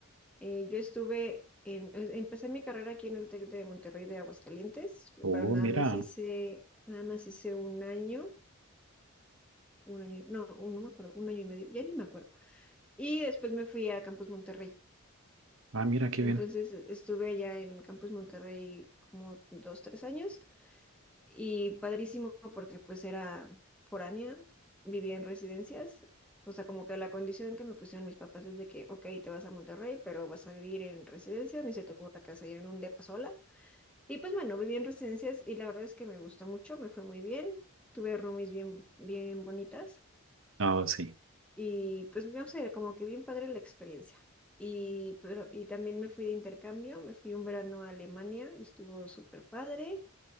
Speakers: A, in the centre; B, on the right (about 65°).
A: eh, yo estuve en, eh, empecé mi carrera aquí en el TEC de Monterrey de Aguascalientes,
B: Oh,
A: pero nada
B: mira.
A: más hice, nada más hice un año, un año, no, un- no me acuerdo, un año y medio, ya ni me acuerdo. Y después me fui a Campus Monterrey.
B: Ah, mira qué
A: Entonces
B: bien.
A: e- estuve allá en Campus Monterrey como dos, tres años y padrísimo porque pues era foránea, vivía en residencias. O sea, como que la condición que me pusieron mis papás es de que, ok, te vas a Monterrey, pero vas a vivir en residencias, ni se te ocurra que vas a ir en un depa sola. Y pues bueno, viví en residencias y la verdad es que me gustó mucho, me fue muy bien, tuve roomies bien, bien bonitas
B: Oh, sí.
A: y pues no sé, como que bien padre la experiencia. Y, pero, y también me fui de intercambio, me fui un verano a Alemania y estuvo súper padre.